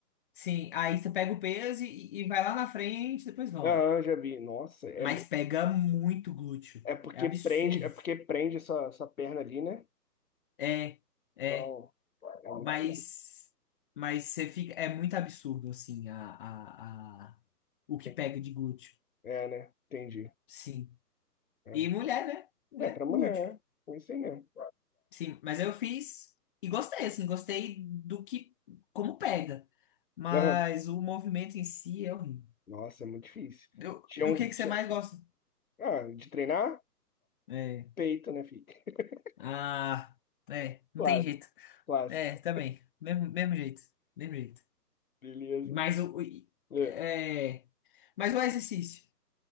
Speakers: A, on the left; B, on the left.
A: Sim, aí você pega o peso e, e vai lá na frente, depois volta.
B: Aham, já vi. Nossa, é
A: Mas pega muito glúteo.
B: É porque
A: É absurdo.
B: prende, é porque prende essa, essa perna ali, né?
A: É, é,
B: Não, é muito.
A: mas, mas você fica. É muito absurdo, assim, a, a, a- o que
B: tem-
A: pega de glúteo.
B: é, né? Entendi.
A: Sim.
B: É,
A: E mulher, né? Mulher,
B: é pra mulher,
A: glúteo.
B: né? é isso aí mesmo.
A: Sim, mas eu fiz e gostei, assim, gostei do que, como pega. Mas
B: Aham.
A: o movimento em si é horrível.
B: Nossa, é muito difícil.
A: Do,
B: Tinha
A: do
B: um,
A: que que
B: tinha
A: você mais
B: um-
A: gosta?
B: Ah, de treinar?
A: É.
B: Peito, né, filho? <laughs>
A: Ah, é, não
B: Clássico,
A: tem jeito.
B: clássico.
A: É, também. Mesmo, mesmo jeito. Mesmo jeito.
B: Beleza.
A: Mas o. o-
B: É.
A: É, mas o exercício.